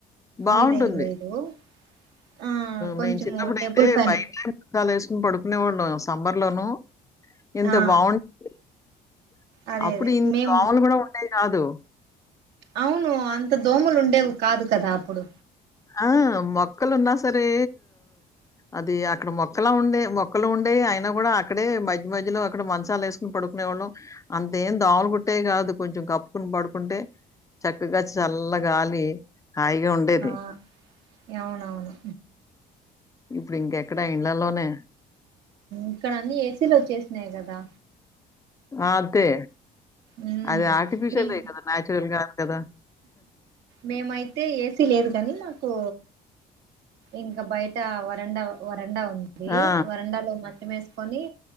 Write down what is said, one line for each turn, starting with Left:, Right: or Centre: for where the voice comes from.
Left: బాగుంటుంది.
Right: మీద ఏం లేదు ఆ కొంచెము
Left: మేము చిన్నప్పుడైతే
Right: టేబుల్ ఫ్యాన్
Left: బయటే <inaudible> చాలు ఏసుకుని పడుకునే వాళ్ళం సం సమ్మర్లోనూ ఎంత
Right: ఆ
Left: బాగుం. <inaudible>
Right: అదే
Left: అప్పుడు
Right: అదే
Left: ఇన్ని
Right: మేము
Left: దోమలు కూడా ఉండేయి కాదూ
Right: అవునూ అంత దోమలు ఉండేవి కాదు కదా అప్పుడు.
Left: ఆ మొక్కలు ఉన్నా సరే. అది అక్కడ మొక్కలా ఉండే మొక్కలు ఉండేవి అయినా కూడా అక్కడే మధ్య మధ్యలో అక్కడ మంచాలు ఏసుకుని పడుకునే వాళ్ళం. అంతేం దోమలు కుట్టేవి కాదు కొంచెం కప్పుకొని పడుకుంటే చక్కగా చల్ల గాలి. హాయిగా ఉండేది.
Right: ఆ అవునవును.
Left: ఇప్పుడు ఇంకెక్కడా ఇంలల్లోనే.
Right: ఇక్కడ అన్నీ ఏసీలు వచ్చేసినాయి కదా.
Left: ఆ అంతే
Right: ఉమ్
Left: అదే ఆర్టిఫిషియల్
Right: మేం
Left: ఎయిర్ కదా నన్యాచురల్ గాదు కదా.
Right: మేమైతే ఏసీ లేదు కాని మాకు కూ ఇంకా బయటా వరండా వరండా ఉందీ.
Left: ఆ!
Right: వరండా లో మం చం ఏసుకొనీ